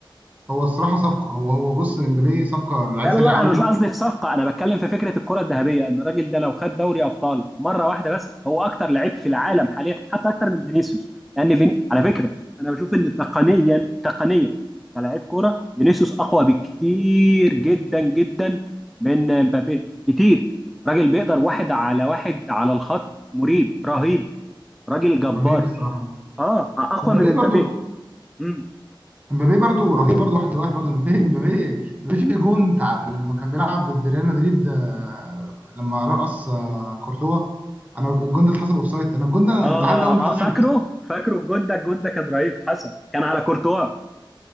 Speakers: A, on the right; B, in the centre.
A: هو الصراحه صفقه هو هو بص امبابي صفقه لعيب
B: لا
A: سريع
B: لا لا
A: قوي
B: انا مش قصدي في صفقه انا بتكلم في فكره الكره الذهبيه ان الراجل ده لو خد دوري ابطال مره واحده بس هو اكتر لعيب في العالم حاليا حتى اكتر من فينيسيوس لان فيني... على فكره انا بشوف ان تقنيا تقنيا كلاعب كوره فينيسيوس اقوى بكتير جدا جدا من مبابي كتير راجل بيقدر واحد على واحد على الخط مريب رهيب راجل جبار
A: رهيب الصراحه
B: اه اقوى
A: ومبابي
B: من مبابي
A: برضو
B: مم.
A: امبابي برضو رهيب برضو واحد لواحد برضو امبابي امبابي امبابي
B: مم.
A: في جون بتاع لما كان بيلعب ضد ريال مدريد آه، لما رقص آه، كورتوا انا الجون ده اتحسب اوفسايد انا الجون ده
B: اه
A: أنا زعلت قوي ان اتحسب
B: اه فاكره فاكره الجون ده الجون ده كان رهيب حصل كان على كورتوا